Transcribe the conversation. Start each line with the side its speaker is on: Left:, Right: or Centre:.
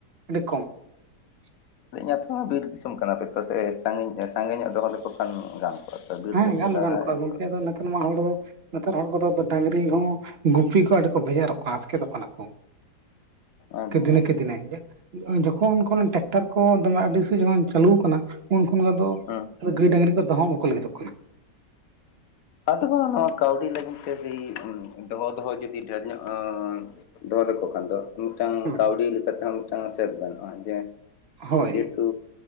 Right: ᱟᱹᱰᱤ ᱠᱚᱢ <inaudible>
Left: ᱟᱯᱮ ᱦᱚ ᱢᱟ ᱵᱤᱨ ᱫᱤᱥᱚᱢ ᱠᱟᱱᱟᱯᱮ ᱥᱮ ᱥᱟᱺᱜᱤᱧ ᱥᱟᱸᱜᱮ ᱧᱚᱜ ᱫᱚᱦᱚ ᱞᱮᱠᱚ ᱠᱷᱟᱱ ᱜᱟᱱ ᱠᱚᱜᱼᱟ ᱛᱚ ᱵᱤᱨ
Right: ᱦᱮᱸ
Left: ᱥᱮᱱ
Right: ᱜᱟᱱ
Left: ᱯᱮ
Right: ᱫᱚ
Left: ᱞᱟᱜᱟ
Right: ᱜᱟᱱ ᱠᱚᱜᱼᱟ
Left: ᱤᱫᱤ
Right: ᱜᱚᱝᱠᱮ
Left: ᱠᱚᱣᱟ
Right: ᱫᱚ ᱱᱮᱛᱟᱨ ᱢᱟ ᱦᱚᱲ ᱫᱚ ᱱᱮᱛᱟᱨ ᱦᱚᱲ ᱠᱚᱫᱚ ᱰᱟᱝᱜᱨᱤ ᱦᱚᱸ ᱜᱩᱯᱤ ᱠᱚ ᱟᱹᱰᱤ ᱠᱚ ᱵᱷᱮᱜᱟᱨᱚ ᱠᱚᱣᱟ ᱟᱥᱠᱮᱫᱚᱜ ᱠᱟᱱᱟ ᱠᱚ
Left: ᱟᱪᱪᱷᱟ
Right: ᱫᱤᱱᱮ ᱠᱮ ᱫᱤᱱᱮ ᱠᱮ ᱡᱚᱠᱷᱚᱱ ᱴᱮᱠᱴᱟᱨ ᱠᱚ ᱫᱚᱢᱮ ᱟᱹᱰᱤᱥ <unintelligible> ᱪᱟᱹᱞᱩ ᱟᱠᱟᱱᱟ ᱩᱱ ᱠᱷᱚᱱᱟᱜ ᱫᱚ
Left: ᱦᱩᱸ
Right: ᱜᱟᱹᱭ ᱰᱟᱹᱟᱝᱜᱨᱤ ᱠᱚ ᱫᱚᱦᱚ ᱵᱟᱠᱚ <unintelligible> ᱠᱟᱱᱟ
Left: ᱟᱫᱚ ᱵᱟᱝ ᱱᱚᱣᱟ ᱠᱟᱹᱣᱰᱤ ᱞᱟᱹᱜᱤᱫ ᱛᱮᱫᱤ ᱫᱚᱦᱚ ᱫᱚᱦᱚ ᱡᱩᱫᱤ ᱰᱷᱮᱨ ᱧᱚᱜ ᱫᱚᱦᱚ ᱞᱮᱠᱚ ᱠᱷᱟᱱ ᱫᱚ ᱢᱤᱫᱴᱟᱝ
Right: ᱠᱟᱱᱟ
Left: ᱠᱟᱹᱣᱰᱤ ᱞᱮᱠᱟᱛᱮᱦᱚᱸ ᱢᱤᱫᱴᱟᱝ ᱥᱮᱯ ᱜᱟᱱᱚᱜᱼᱟ ᱡᱮ
Right: ᱦᱳᱭ
Left: ᱡᱮᱦᱮᱛᱩ